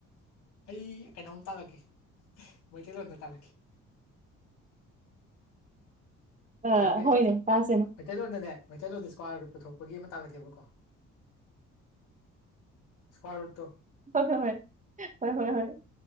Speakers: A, on the left (about 80°); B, on the right (about 25°).
A: ꯑꯩ ꯀꯩꯅꯣꯝ ꯇꯥꯛꯂꯛꯀꯦ ꯃꯩꯇꯩꯂꯣꯟꯗ ꯇꯥꯛꯂꯛꯀꯦ
B: ꯑ
A: ꯀꯩꯅꯣꯒꯤ
B: ꯍꯣꯏꯅꯦ ꯄꯥꯁꯦꯅ
A: ꯃꯩꯇꯩꯂꯣꯟꯗꯅꯦ ꯃꯩꯇꯩꯂꯣꯟꯗ ꯁꯀ꯭ꯋꯥꯔꯠ ꯔꯨꯠ ꯄꯨꯊꯣꯛꯄ ꯑꯃ ꯇꯥꯛꯂꯛꯀꯦꯕ ꯏꯁꯀꯋꯥꯔ ꯎꯠꯇꯣ
B: ꯍꯣꯏ ꯍꯣꯏ ꯍꯣꯏ ꯍꯣꯏ ꯍꯣꯏ ꯍꯣꯏ